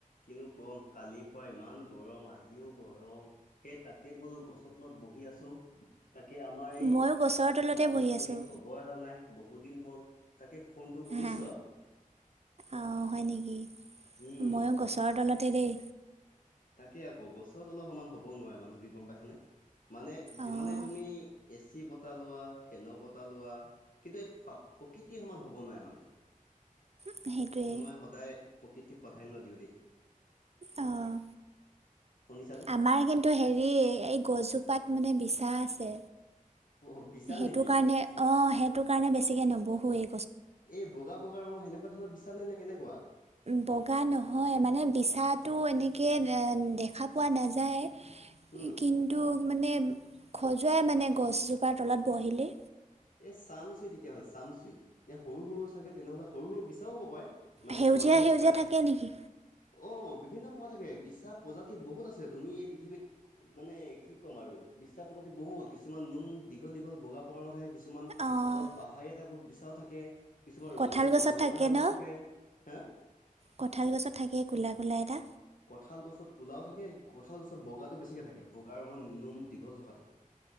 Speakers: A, on the left; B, on the right.
A: কিনু কম কালিৰ পৰা ইমান গৰম আজিও গৰম সেই তাকে বোলো গছৰ তলত ব বহি আছো। তাকে আমাৰ এই
B: ময়ো গছৰ তলতে
A: বান্ধৱীজনী
B: বহি আছোঁ
A: খবৰ এটা নাই বহুত দিন হ'ল তাকে ফোনটো কৰিছো
B: হা
A: আও।
B: অঁ হয় নেকি,
A: উম
B: ময়ো গছৰ তলতে দেই।
A: তাকে আকৌ গছৰ তলৰ সমান হবও নোৱাৰে বান্ধৱী গম পাইছানে মানে যিমানে
B: অঁ
A: তুমি এ চি বতাহ লোৱা ফেন বতাহ লোৱা কিন্তু এই প্ৰকৃতি সমান হব নোৱাৰে মানে
B: সেইটোৱে
A: মই সদায় প্ৰকৃতিক প্ৰাধান্য দিওঁ দেই।
B: অহ
A: শুনিছানে
B: আমাৰ কিন্তু হেৰি এই গছজোপাত মানে বিচা আছে।
A: অ বিচাৰ
B: সেইটো
A: নেকি
B: কাৰণে অহ সেইটো কাৰণে বেছিকে নবহুৱেই।
A: এই বগা- বগা ৰঙৰ সেনেকুৱা ধৰণৰ বিচানে নে কেনেকুৱা?
B: বগা নহয় মানে বিচাটো এনেকে দেখা পোৱা নেজায়ে।
A: উম
B: কিন্তু মানে খজুৱাই মানে গছজোপাৰ তলত বহিলে।
A: এ চামচুই তেতিয়াহ'লে চামচুই এ সৰু সৰু চাগে তেনেহলে সৰু সৰু বিচাও হব পাৰে। মানে
B: সেউজীয়া
A: পোৱালি হ'ব
B: সেউজীয়া
A: পাৰে
B: থাকে নেকি
A: অ বিভিন্ন প্ৰকাৰৰ থাকে বিচা প্ৰজাতি বহুত আছে তুমি এই পৃথিৱীত মানে কি ক'ম আৰু বিচা প্ৰজাতি বহুত কিছুমান নোম দীঘল দীঘল বগা বগা নাথাকে কিছুমান
B: অঁ
A: অলপ পাহাৰীয়া টাইপৰ বিচাও থাকে। কিছুমান ৰঙলি
B: কঁঠাল গছত
A: ৰঙা ৰঙৰ
B: ন
A: থাকে হা
B: কঁঠাল গছত থাকে কোলা কোলা এটা।
A: কঁঠাল গছত ক'লাও থাকে কঁঠাল গছত বগাটো বেছিকে থাকে বগাৰ ৰঙৰ নোম দীঘল থকাটো।